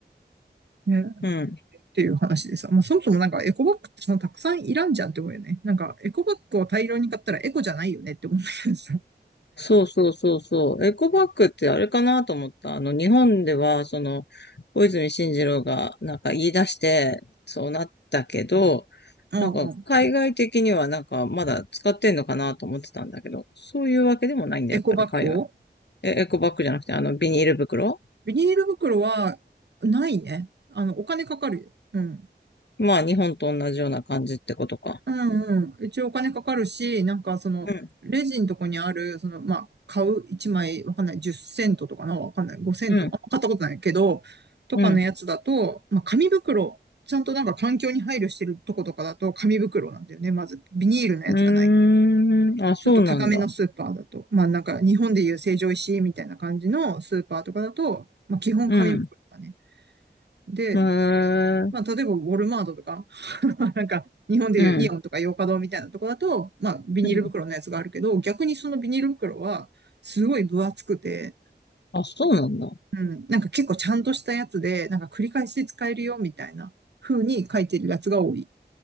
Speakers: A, on the right; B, on the left.
A: う。ね。
B: うん。
A: っていう話でさ。まあ、そもそもなんかエコバッグってそのたくさんいらんじゃんって思うよね。なんか、エコバッグを大量に買ったらエコじゃないよねって思うんだけどさ。
B: そうそうそうそう。エコバッグってあれかなと思った。あの、日本では、その、小泉進次郎がなんか言い出して、そうなったけど、
A: うんうん。
B: なんか海外的にはなんかまだ使ってんのかなと思ってたんだけど、そういうわけでもないんだ、
A: エコバッグを
B: やっぱり海外。え、エコバッグじゃなくて、あの、ビニール袋
A: ビニール袋はないね。あの、お金かかるよ。うん。
B: まあ、日本と同じような感じってことか。
A: うんうん。一応お金かかるし、なんかその、
B: うん、
A: レジのとこにある、その、まあ、買う1枚、わかんない、10セントとかな、わかんない、5セント、
B: うん、
A: あ、買ったことないけど、とかのやつだと、
B: うん。
A: まあ、紙袋、ちゃんとなんか環境に配慮してるとことかだと紙袋なんだよね、まず。ビニールのやつがない。
B: うーん、あ、そうなんだ。
A: ちょっと高めのスーパーだと、まあなんか日本でいう成城石井みたいな感じのスーパーとかだと、まあ基本紙袋だね。
B: うん、
A: で、
B: へー
A: まあ、例えば、ウォルマートとか、<laughs> なんか、日本でいうイオンとかヨーカドーみたいなとこだと、
B: うん、
A: まあ、ビニール袋のやつがあるけど、
B: うん。
A: 逆にそのビニール袋は、すごい分厚くて、
B: あ、そうなんだ。
A: うん、なんか結構ちゃんとしたやつで、なんか繰り返し使えるよ、みたいな風に書いてるやつが多い。